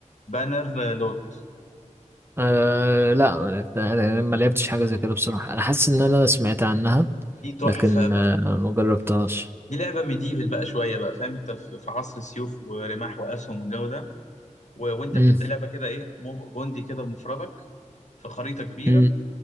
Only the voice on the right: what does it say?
أه لا ما لعبت- انا ما لعبتش حاجة زي كده بصراحة انا حاسس ان انا سمعت عنها
لكن
آه، ما جربتهاش
مم،
مم،